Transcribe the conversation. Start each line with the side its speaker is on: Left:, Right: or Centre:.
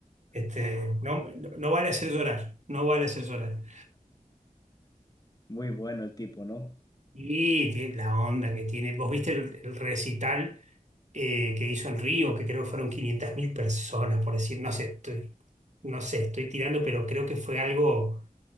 Right: Este, no, no vale hacer llorar, no vale hacer llorar.
Left: Muy bueno el tipo, ¿no?
Right: Y tiene la onda que tiene. ¿Vos viste el, el recital eh, que hizo en Río, que creo que fueron 500.000 personas, por decir, no sé, estoy, no sé, estoy tirando, pero creo que fue algo